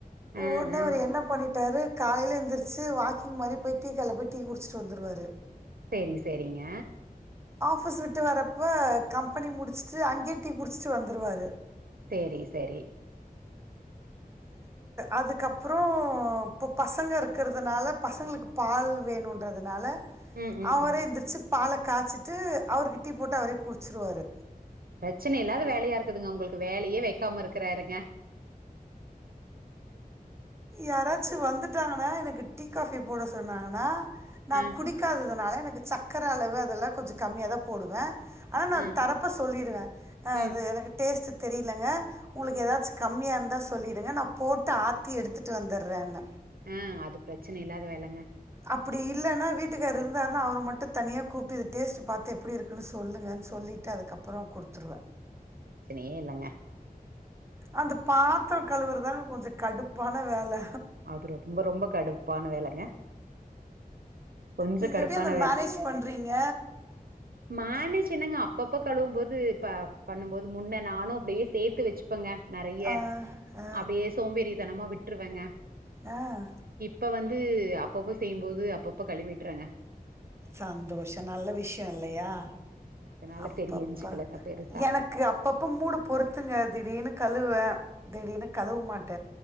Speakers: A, on the right; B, on the right.
A: ஆ
B: உடனே
A: ஆ
B: ஒரு என்ன பண்ணிட் டாரு காலையில எந்திரிச்சி வாக்கிங் மாதிரி போய் டீ கடையில போய் டீ குடிச்சுட்டு வந்துருவாரு
A: செரி செரிங்க
B: ஆபிஸ் விட்டு வரப்ப கம்பெனி முடிச்சுட்டு அங்கே டீ குடிச்சுட்டு வந்துருவாரு
A: தெரி சரி
B: அதுக்கப்புறம் இப்போ பசங்க இருக்கிறதுனால பசங்களுக்கு பால் வேணுன்றதுனால
A: ம் ம்
B: அவரே
A: ம்
B: எந்திரிச்சிப் பாலை காய்சிட்டு அவருக்கு டீ போட்டு அவரே குடி ச்சுடுவாரு
A: பிரச்சனை இல்லாத வேலையா இருக்குதுங்க உங்களுக்கு வேலையே வைக்காம இருக்கிறாருங்க அஹ்
B: யாராச்சும் வந்துட்டாங்கண்ணா எனக்கு டீ காஃபி போட சொன்னாங்கண்ணா நான்
A: ஆ
B: குடிக்காதது அதனால எனக்கு சக்கரை அளவு அதெல்லாம் கொஞ்சம் கம்மியா தான் போடுவேன் ஆனா நான்
A: ஆ
B: தரப்ப சொல்லிடுவேன்
A: ம்
B: அது எனக்கு டேஸ்ட் தெரியலங்க உங்களுக்கு
A: ம்
B: ஏதாச்சும்
A: ம்
B: கம்மியா இருந்தா சொல்லி டுக நான் போட்டு ஆத்தி எடுத்து ட்டு வந்தடுறேன்ன
A: ஆஹ் அது பிரச்சனை இல்லாத வேலைங்க
B: அப்படி இல்லைன்னா வீட்டுக்காரு இருந்தாருன்னா அவரை மட்டும் தனியா கூப்பிட்டு இத டேஸ்ட் பார்த்துஎப்படி இருக்குன்னு சொல்லுங்கன்னு சொல்லிட்டு அதுக்கப்புறம் குடுத்துருவேன்
A: பிரச்சனையே இல்லங்க
B: அந்த
A: ம்
B: பாத்திரம் கழவுறு தாங்க கொஞ்சம் கடுப்பான வேலை
A: அது ரொம்ப ரொம்ப கடுப்பான வேலைங்க கொஞ்சோ
B: நீங்க
A: கடுப்பான
B: எப்படி அத மேனேஜ் பண்றீங்க
A: மோனுஜ் என்னங்க அப்பப்ப கழுவும் போது இப்ப பண்ணும்போது முன்ன நானும் அப்படியே சேர்த்து வச்சுப்பேங்க நறைய
B: ஆ ஆ
A: அப்படியே சோம்பேறித்தனமா விட்டுருவேங்க
B: ஆஹ்
A: இப்ப வந்து அப் அப்பப்ப செய்யும்போது அப்பப்ப கழுவிட்டுறாங்க
B: சந்தோஷம் நல்ல விஷயம் இல்லையா
A: ம் ம் அதனால
B: அப்பப்ப
A: தெரிஞ்சுக்கலங்க பெருசா
B: எனக்கு அப்பப்ப மூட பொறுத்துங்க திடீர்னு கல் துவே திடீர்னு கழுவ மாட்ட